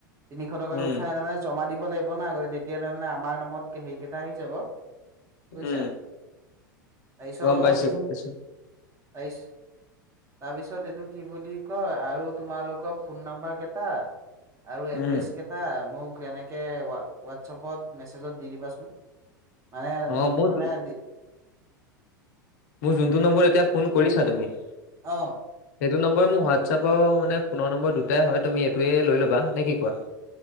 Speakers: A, on the right (about 30°); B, on the left (about 55°).
A: তিনিশ টকাত
B: উম।
A: উঠাই আনি মানে জমা দিব লাগিব না তেতিয়া তাৰমানে আমাৰ নামত সেইকেইটা আহি যাব। বুজিছা
B: উম
A: তাৰপিছত
B: গম পাইছো গম পাইছো।
A: তাৰিছ তাৰপিছত এইটো কি বুলি কয় আৰু তোমালোকৰ ফোন নাম্বাৰ কেইটা আৰু এড্ৰেছ
B: উম।
A: কেটা মোক মোক কেনেকে হোৱাটছএপত মেছেজত দি দিবাচোন। মানে তাৰমানে
B: অ' মোৰ যোন
A: দি
B: মোৰ যোনটো
A: কি
B: নম্বৰ এতিয়া ফোন কৰিছা তুমি
A: অ।
B: সেইটো নম্বৰ মোৰ হোৱাটছআপ আৰু মানে ফোনৰ নম্বৰ দুটাই হয় তুমি এইটোৱে লৈ ল'বা নে কি কোৱা?